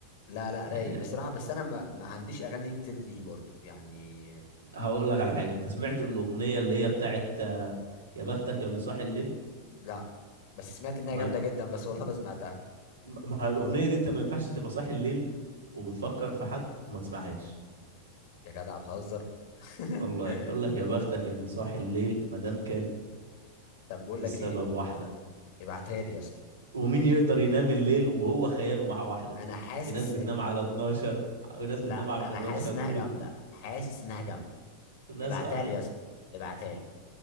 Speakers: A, on the left (about 50°); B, on the right (about 75°).
A: لا لا
B: يعني
A: رايق بصراحه بس انا ما, ما عنديش اغاني كتير ليه برضو يعني
B: هقول لك على حاجة انت سمعت الاغنية اللي هي بتاعت آه، يا بختك يا اللي صاحي الليل
A: لا بس سمعت انها
B: ما
A: جامده جدا بس والله ما سمعتها
B: ما هي الاغنية دي انت ما ينفعش تبقى صاحي الليل وبتفكر في حد وما تسمعهاش
A: يا جدع بتهزر <laughs>
B: والله يقول لك يا بختك يا اللي صاحي الليل ما دام كان
A: طب بقول
B: السبب
A: لك ايه
B: واحدة
A: ابعتها لي يا اسطى
B: ومين يقدر ينام الليل وهو خياله مع واحدة
A: انا حاسس
B: في ناس بتنام
A: ان
B: على 12 وناس
A: لا
B: بتنام على
A: انا
B: 11
A: حاسس انها
B: و12
A: جامده حاسس انها جامده
B: وناس
A: ابعتها
B: واحدة
A: لي يا اسطى ابعتها لي